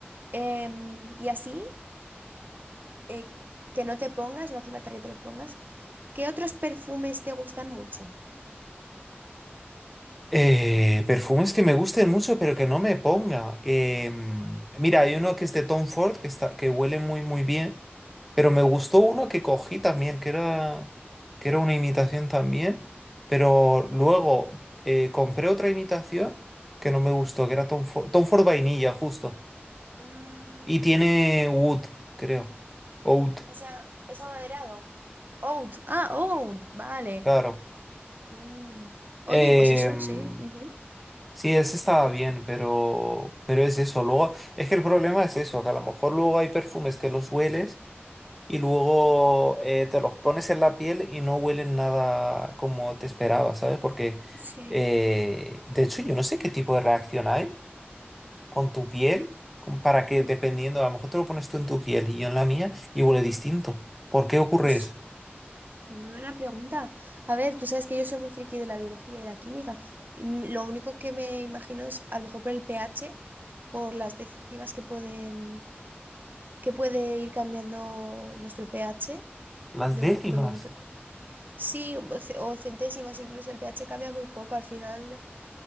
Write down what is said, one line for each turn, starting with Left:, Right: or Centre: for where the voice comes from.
Right: Em, y así, eh, que no te pongas, no hace falta que te los pongas. ¿Qué otros perfumes te gustan mucho?
Centre: Eh, perfumes que me gusten mucho, pero que no me ponga. Em, mira, hay uno que es de Tom Ford, que está, que huele muy, muy bien, pero me gustó uno que cogí también, que era, que era una imitación también, pero luego eh, compré otra imitación que no me gustó, que era Tom Ford, Tom Ford vainilla, justo.
Right: Mm,
Centre: Y tiene Wood, creo. Oud,
Right: o sea, es amaderado. Oud, ah, oud, vale.
Centre: claro.
Right: Mm,
Centre: Em,
Right: oye, pues eso, sí. ujú.
Centre: sí, ese estaba bien, pero, pero es eso. Luego, es que el problema es eso, que a lo mejor luego hay perfumes que los hueles y luego eh, te los pones en la piel y no huelen nada como te esperabas ¿sabes? Porque,
Right: Sí,
Centre: eh, de hecho, yo no sé qué tipo de reacción hay con tu piel con- para que,
Right: Mm.
Centre: dependiendo, a lo mejor te lo pones tú en tu piel y yo en la mía y huele distinto. ¿Por qué ocurre
Right: pues.
Centre: eso?
Right: Pues muy buena pregunta. A ver, tú sabes que yo soy muy friki de la biología y la química. Mm, Lo único que me imagino es a lo mejor por el pH, por las décimas que pueden, que puede ir cambiando nuestro pH
Centre: Las
Right: de
Centre: décimas.
Right: un, mo- de un momento. Sí, o ce- o centésimas, incluso el pH cambia muy poco al final.